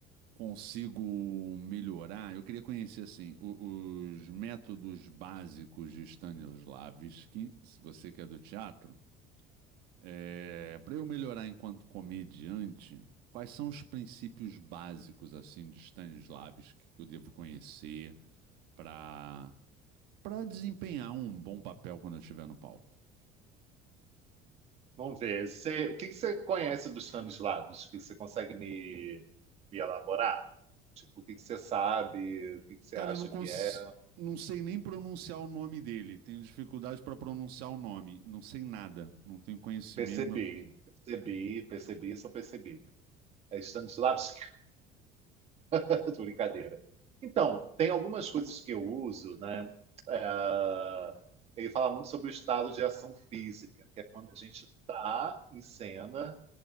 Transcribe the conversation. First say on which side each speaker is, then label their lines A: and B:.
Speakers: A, on the right (about 70°); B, on the right (about 40°).
A: consigo melhorar? Eu queria conhecer, assim, o- os métodos básicos de Stanislavski, se você que é do teatro. É, para eu melhorar enquanto comediante, quais são os princípios básicos assim de Stanislavski que eu devo conhecer para para desempenhar um bom papel quando eu estiver no palco?
B: Vamos ver. Você- o que que você conhece dos Stanislavski? Você consegue me, me elaborar? Tipo, o que que você sabe? O que que você
A: Cara,
B: acha
A: eu não cons...
B: que é?
A: não sei nem pronunciar o nome dele. Tenho dificuldade para pronunciar o nome. Não sei nada. Não tenho conhecimento,
B: Percebi,
A: não-
B: percebi, percebi, só percebi. É Stanislavski? <laughs> Eu tô brincadeira. Então, tem algumas coisas que eu uso, né? É, ele fala muito sobre o estado de ação física, que é quando a gente tá em cena,